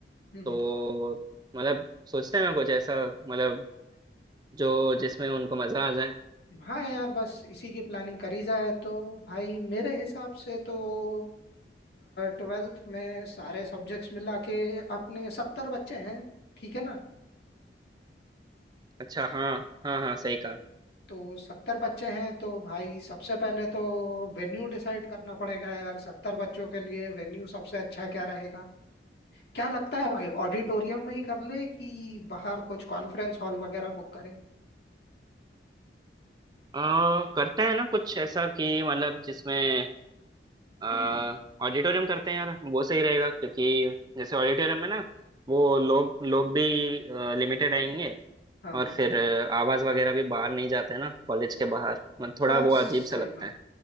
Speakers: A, on the left (about 65°); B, on the right (about 25°).
A: हम्म
B: तो
A: हम्म।
B: मतलब सोचते हैं ना कुछ ऐसा मतलब जो जिसमें उनको मजा आ जाए
A: हाँ यार बस इसी की प्लानिंग करी जाए तो भाई मेरे हिसाब से तो ट्वेल्थ में सारे सब्जेक्ट्स मिला के अपने सत्तर बच्चे हैं ठीक है ना
B: अच्छा हाँ हाँ हाँ सही कहा
A: तो सत्तर बच्चे हैं तो भाई सबसे पहले तो वेन्यू डिसाइड करना पड़ेगा यार सत्तर बच्चों के लिए वेन्यू सबसे अच्छा क्या रहेगा क्या लगता है भाई ऑडिटोरियम में ही कर ले कि बाहर कुछ कॉन्फ्रेंस हॉल वगैरह बुक करें
B: आ, करते हैं ना कुछ ऐसा कि मतलब जिसमें आ,
A: <clears throat>
B: ऑडिटोरियम करते हैं यार वो सही रहेगा क्योंकि जैसे ऑडिटोरियम में ना वो लोग लोग भी लिमिटेड आएंगे
A: हाँ
B: और
A: हाँ
B: फिर अ, आवाज वगैरह भी बाहर नहीं जाते ना कॉलेज के बाहर मतलब थोड़ा
A: हाँ
B: वो
A: सही
B: अजीब सा लगता
A: बात
B: है